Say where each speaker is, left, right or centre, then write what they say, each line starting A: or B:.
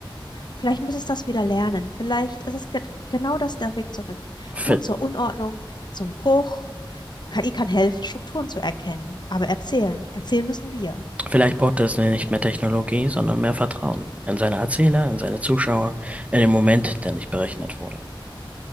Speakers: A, on the left; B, on the right.
A: Vielleicht muss es das wieder lernen. Vielleicht ist es ge genau das der Weg zurück.
B: V-
A: Mut zur Unordnung, zum Bruch. KI kann helfen, Strukturen zu erkennen. Aber erzählen, erzählen müssen wir.
B: Vielleicht braucht Disney nicht mehr Technologie, sondern mehr Vertrauen in seine Erzähler, in seine Zuschauer, in den Moment, der nicht berechnet wurde.